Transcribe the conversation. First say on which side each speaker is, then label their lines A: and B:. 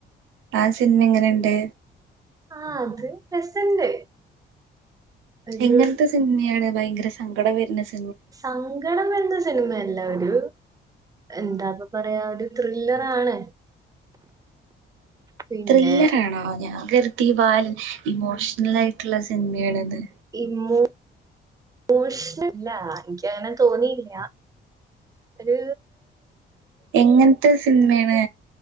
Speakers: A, on the right; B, on the right.
A: ആഹ് സിനിമ എങ്ങനെണ്ട്
B: ആഹ് അത് രസണ്ട് ഒരു
A: എങ്ങനത്തെ സിനിമയാണ് ഭയങ്കര സങ്കടം വരുന്ന സി
B: സങ്കടം വരുന്ന സിനിമയല്ല ഒരു എന്താപ്പൊ പറയാ ഒരു ത്രില്ലറാണ്
A: <inaudible>
B: പിന്നെ
A: ത്രില്ലറാണോ ഞാൻ കരുതി ബാലൻ ഇമോഷണലായിട്ടുള്ള സിനിമയാണെന്ന്
B: ഇമോഷണലല്ല എനിക്ക് അങ്ങനെ തോന്നിയില്ല ഒര്
A: എങ്ങൻത്തെ സിനിമേണ്